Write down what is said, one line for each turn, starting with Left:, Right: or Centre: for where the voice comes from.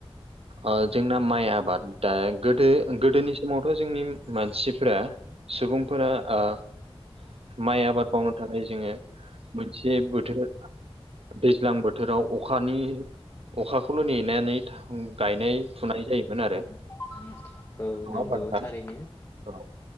Right: अ जोंना माइ आबादा गोदो गोदोनि समावथ' जोंनि मानसिफोरा सुबुंफोरा आ माइ आबाद मावनो थाखाय जोङो मोनसे बोथोर दैज्लां बोथोराव अखानि अखाखौल' नेनानै था गायनाय फुनाय जायोमोन आरो।
Left: <unintelligible>
Right: नङा
Left: नंगौ
Right: होमबा नोंथां
Left: थारैनो
Right: औ।